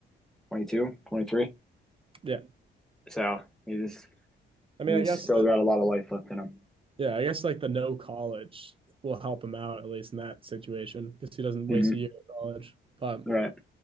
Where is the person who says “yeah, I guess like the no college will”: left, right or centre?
Right